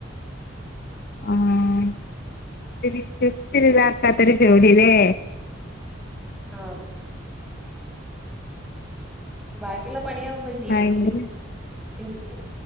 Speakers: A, on the left; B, in the centre.
A: ആഹ് ഇത് വിശ്വസിച്ച ഇതാക്കാത്തൊരു ജോലില്ലേ.
B: ആഹ് ബാക്കിയുള്ള പണിയാകുമ്പോ ജീവനെങ്കിലും
A: ഭയങ്കര
B: കിട്ടും.